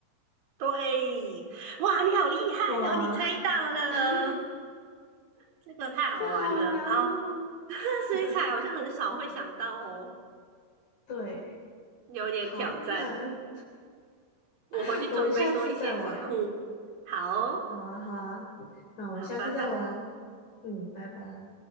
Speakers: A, on the right; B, on the left.
A: 对，哇，你好厉害哟、
B: 哇，
A: 哦！你猜到了，
B: <laughs>
A: 这个太好玩了。
B: 这好难哦。
A: 好，这水彩好像很少会想到哦，
B: <laughs> 对，
A: 有点挑战。
B: 好难。
A: 我回去准备多一些题库。
B: <laughs> 我们下次再玩一次。
A: 好哦，
B: 好啊，好啊，那我们下次再玩。
A: 好，拜拜。
B: 嗯，拜拜。